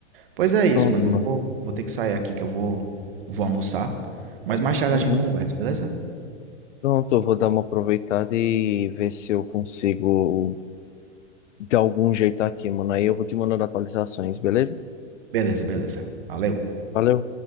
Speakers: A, on the right; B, on the left.
A: Pois é
B: Pronto,
A: isso, mano.
B: mano.
A: Eu vou, vou ter que sair aqui que eu vou, vou almoçar. Mas mais tarde
B: Uhum.
A: a gente conversa, beleza?
B: Pronto, eu vou dar uma aproveitada e ver se eu consigo de algum jeito aqui, mano. Aí eu vou te mandando atualizações, beleza?
A: Beleza, beleza. Valeu.
B: Valeu.